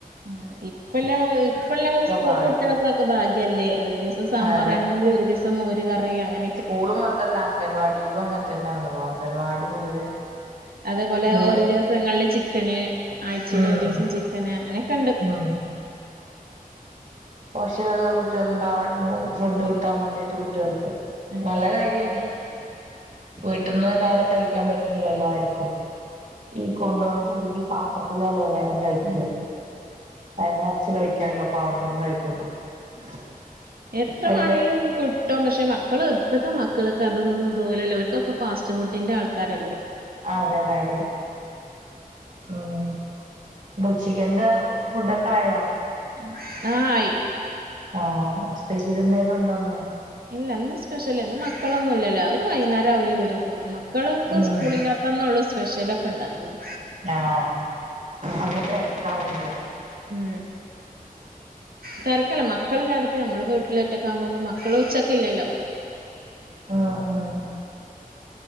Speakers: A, on the right; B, on the right.
A: ഉം ഇപ്പ് ഇപ്പ എല്ലാം ഇപ്പല്ല സ്‌കൂൾ
B: ഭാഗ്യ
A: കുട്ടികൾക്കൊക്കെ ഭാഗ്യല്ലേ ഒരു ദിവസം സാബാറാണെങ്കിൽ
B: അതെ
A: ഒരു ദിവസ മോര് കറി അങ്ങൻ
B: സ്കൂള് മാത്രല്ല അംഗൻവാടീലും അങ്ങൻ തന്നെ ആണല്ലോ അംഗൻവാടി മുതല്
A: അതേപോലെ
B: മു
A: ഒരോ ദിവസങ്ങളില് ചിക്കന് ആയ്ച്ചേല്
B: ഉം
A: ഒരു ദിവസം ചിക്കന് അങ്ങനൊക്ക ഇണ്ട്
B: ഉം പോശകള്ള കുട്ടേൾ ഇണ്ടാവ ഫുഡ് ട്ടാൻ വേണ്ടിട്ട് കുട്ടേൾക്ക്
A: ഉം
B: നല്ല കാര്യണ് വീട്ടിന്ന് നേരെ കഴി ക്യാൻ പറ്റ്ണ് ഇല്ലല്ലോ ആര്ക്കും ഈ കൊണ്ടൊണ ചെറിയ്യ പാ ത്രത്തിലല്ലേ എല്ലാരും കഴിക്ക
A: ഉം
B: വയറ് നെറച്ച് കഴിക്കാലോ അപ്പ അവട്ന്ന് കഴി <inaudible>
A: എത്ര
B: വൈന്നേ
A: വാണേലും കിട്ടും പക്ഷെ മക്കൾ ഇപ്പത്തെ മക്കൾക്ക് അതൊന്നും ന്തോലല്ലോ ഓൽക്കൊക്കെ ഫാസ്റ്റ് ഫുഡിന്റെ ആൾക്കാരല്ലേ
B: ആതെ കാര്യ ഉം ഉച്ചക്ക് എന്താ ഫുഡൊക്കെ ആയോ
A: ആഹ് ആയി
B: ആഹ് സ്പഷിൽ എന്തേലും ഉണ്ടോന്ന്
A: ഇല്ല ന്ന് സ്പെഷ്യല് ഇന്ന് മക്കളൊന്നും ഇല്ലല്ലോ അവര് വൈനേരാവൂലേ വരുമ്പോ മക്കൾക്ക്
B: ഉം
A: സ്കൂളില്ലാ തന്നൊള്ളൂ സ്പെഷ്യലൊക്ക ഇണ്ടാക്കൊള്ളൂ
B: ആഹ് അപ്പ തെരക്കാവുംല്ലേ
A: ഉം തെരക്കല്ല മക്കളില്ലാതെപ്പോ നമ്മള് വീട്ട് ല് ഒറ്റക്കാവുമ്പോപ മക്കൾ ഉച്ചക്ക് ഇല്ലല്ലോ
B: ആഹ് ആഹ്